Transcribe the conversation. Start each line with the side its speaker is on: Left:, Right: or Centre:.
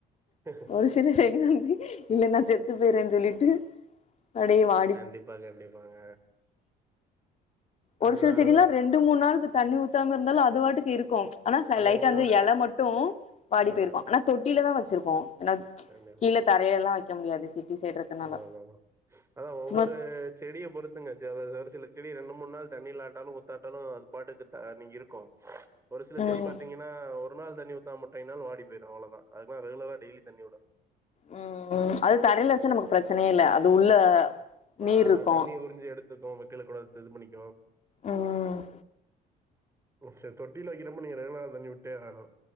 Right: <unintelligible>
Left: ஒரு சில செடி வந்து இல்லனா நா செத்து போயறேன்னு சொல்லிட்டு அப்டே வா
Right: கண்டிப்பா கண்டிப்பாங்க
Left: ஒரு
Right: அதுதா
Left: சில செடிலா
Right: அதுதா
Left: ரெண்டு மூண் நாளுக்கு தண்ணி ஊத்தாம இருந்தாலு அது வாட்டுக்கு இருக்கு ஆனா ச
Right: அது
Left: லைட்டா
Right: ஒவ்வொரு
Left: வந்து எல மட்டு வாடி
Right: ஆ
Left: போய்ருக்கு ஆனா தொட்டிலதா வச்சிருப்போ ஏனா
Right: கண்டிப்பா
Left: கீழ தரையிலலா வைக்க முடியாது சிட்டி சைடு இருக்கனால
Right: அதா அதா அதா ஒவ்வொரு
Left: சும்மா
Right: செடிய பொறுத்துங்க ச ஒரு சில செடி ரெண்டு மூண் நாள் தண்ணி இல்லாட்டாலு குத்தாட்டாலு அது பாட்டுக்கு நீ இருக்கு
Left: <unintelligible>
Right: ஒரு சில
Left: ம்
Right: செடி பாத்தீங்கனா ஒரு நாள் தண்ணி ஊத்தாமவுட்டிங்கனாலு வாடி போய்ரு அவ்ளோதா அதுக்குலா ரெகுலரா டெய்லி தண்ணி உடனு
Left: ம் ம் அது தரையில வச்சா நமக்கு பிரச்சனையே இல்ல அது உள்ள நீர்
Right: ஆ
Left: இருக்கு
Right: தண்ணி உறிஞ்சு எடுத்துக்கோ <unintelligible> கூட இது பண்ணிக்கு
Left: ம்
Right: ம் சரி தொட்டில வைக்கிறப்ப நீங்க ரெகுலரா தண்ணிவிட்டே ஆகணு